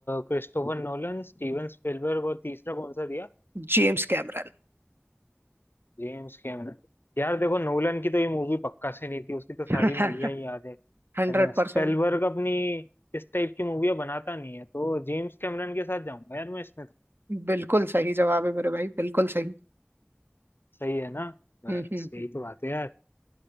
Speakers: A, on the left (about 60°); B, on the right (about 60°).
A: क्रिस्टोफर नोलन स्टीवन स्पिलबर्ग और तीसरा कौन सा दिया
B: जेम्स कैमरन
A: James Cameron यार देखो नोलन की तो ये मूवी पक्का से नहीं थी उसकी तो सारी
B: <laughs>
A: मूवियां ही याद है
B: Hundred
A: है ना
B: percent
A: स्पेलबर्ग अपनी इस टाइप की मूवियां बनाता नहीं है तो जेम्स कैमरन के साथ जाऊंगा यार मैं इसमें तो
B: बिल्कुल सही जवाब है मेरे भाई बिल्कुल सही
A: सही है ना बस
B: हम्म हम्म
A: यही
B: हम्म।
A: तो बात है यार